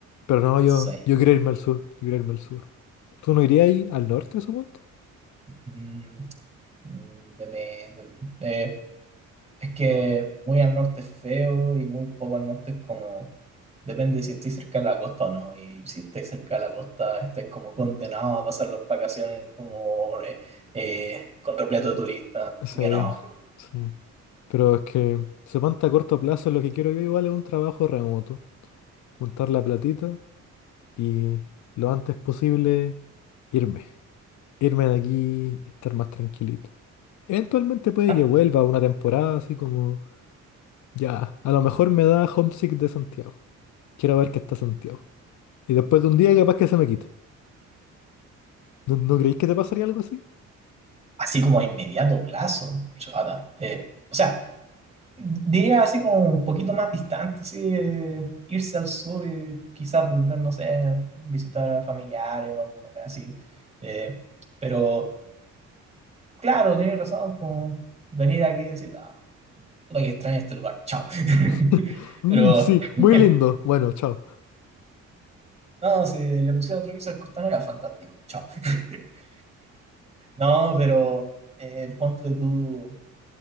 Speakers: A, on the left; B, on the right.
A: Pero no,
B: el
A: yo,
B: sueño.
A: yo quiero irme al sur. Yo quiero irme al sur. ¿Tú no irías ahí al norte, suponte?
B: Mm, mm, depende. Eh, es que muy al norte es feo y muy poco al norte es como. Depende de si estáis cerca de la costa o no. Y si estáis cerca de la costa, estáis como condenados a pasar las vacaciones como eh, eh, con repleto de turistas.
A: Sí,
B: Así que no.
A: sí. Pero es que, suponte a corto plazo, lo que quiero yo igual es un trabajo remoto. Juntar la platita y lo antes posible irme. Irme de aquí y estar más tranquilito. Eventualmente puede
B: Ah,
A: que vuelva una temporada así como. Ya, a lo mejor me da homesick de Santiago. Quiero ver qué está Santiago. Y después de un día capaz que se me quite. ¿No, no creéis que te pasaría algo así?
B: Así como a inmediato plazo, chata. Eh, o sea, Diría así como un poquito más distante, sí, eh, irse al sur y quizás volver, no sé, visitar a familiares o alguna vez así. Eh, pero claro, tenés razón, como venir aquí y decir, ah, puta que extraño este lugar, chao. <laughs>
A: <laughs> Mm,
B: Pero
A: sí,
B: <laughs>
A: muy lindo. Bueno, chao.
B: no, si le pusieran otro piso al costanera, fantástico, chao. <laughs> No, pero eh, ponte tú.